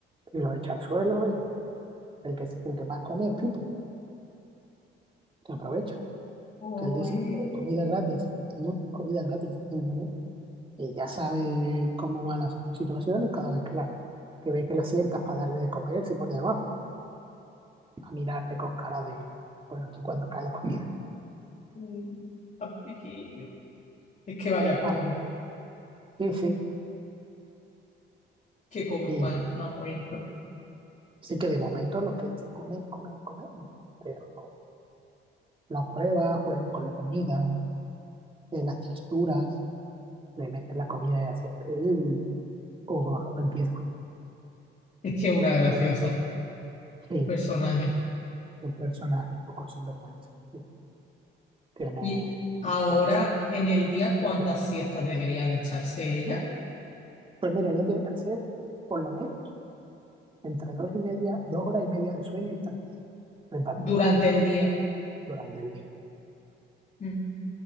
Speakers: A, on the right; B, on the left.
A: y lo echa al suelo. Y el que, el que más come es Pipo, que aprovecha,
B: Ay,
A: que él dice, "Eh, comida gratis, ¿no? Comida gratis. Y, no, y ya sabe cómo va la situación y cada vez que, la, que ve que la sientas para darle de comer, él se pone debajo. a mirarte con cara de, bueno, aquí cuando cae la comida.
B: ay, tan pequeño. Es que vaya combo.
A: Ah, sí, sí.
B: Qué combo
A: Y
B: más, más bonito.
A: sí que de momento lo que es comer, comer, comer, pero la prueba, juegan con la comida, eh, las texturas, le meten la comida y hace, "Ugh", o, o empieza,
B: Es que es una graciosa
A: sí,
B: personaje.
A: un personaje un poco sinvergüenza. sí, tiene,
B: Y
A: tiene
B: ahora,
A: su cosita.
B: en el día, ¿cuántas siestas debería de echarse ella?
A: Pues mira, ya tiene que hacer por lo menos entre dos y media, dos horas y media de sueño y tres repartidas
B: Durante
A: pues,
B: el día.
A: durante el día.
B: Mm,